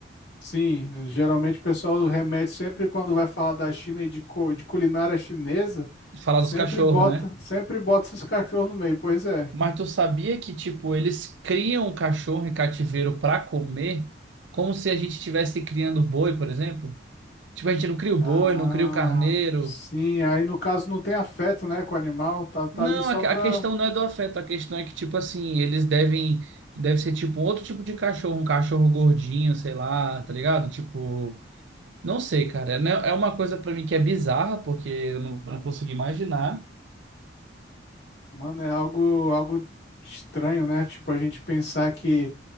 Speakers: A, on the left; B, on the right.
A: Sim, geralmente o pessoal remete sempre quando vai falar da China e de, cu- de culinária chinesa,
B: Falar
A: sempre
B: dos cachorros,
A: bota,
B: né?
A: sempre bota esses cachorros no meio, pois é.
B: Mas tu sabia que, tipo, eles criam o cachorro em cativeiro para comer, como se a gente estivesse criando boi, por exemplo? Tipo, a gente não cria o
A: Ah,
B: boi, não cria o carneiro.
A: sim, aí no caso não tem afeto, né, com o animal, tá, tá
B: Não,
A: ali só
B: a que-
A: pra,
B: a questão não é do afeto, a questão é que, tipo assim, eles devem, deve ser tipo um outro tipo de cachorro, um cachorro gordinho, sei lá, tá ligado? Tipo, não sei, cara. É né, é uma coisa para mim que é bizarra, porque eu não, não consigo imaginar.
A: mano, é algo, algo estranho, né? Tipo, a gente pensar que